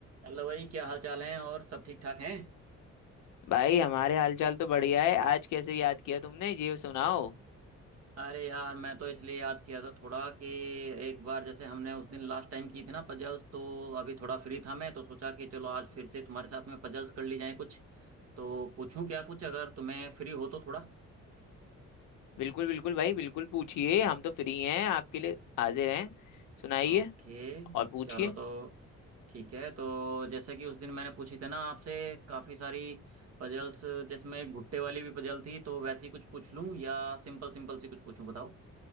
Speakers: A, on the right; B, on the left.
A: Hello भाई क्या हाल चाल है और सब ठीक ठाक हैं
B: भाई हमारे हालचाल तो बढ़िया है आज कैसे याद किया तुमने ये सुनाओ
A: अरे यार मैं तो इसलिए याद किया था थोड़ा कि एक बार जैसे हमने उस दिन लास्ट टाइम की थी ना पजल्स तो अभी थोड़ा फ्री था मैं तो सोचा कि चलो आज फिर से तुम्हारे साथ में पजल्स कर ली जाए कुछ तो पूछूं क्या कुछ अगर तुम्हें फ्री हो तो थोड़ा
B: बिल्कुल बिल्कुल भाई बिल्कुल पूछिए हम तो फ्री हैं आपके लिए हाजिर हैं सुनाइए
A: ओके
B: और पूछिए
A: चलो तो ठीक है तो जैसे कि उस दिन मैंने पूछी थी ना आपसे काफ़ी सारी पजल्स जिसमें एक भुट्टे वाली भी पजल थी तो वैसी कुछ पूछ लूं या सिंपल सिंपल सी कुछ पूछूं बताओ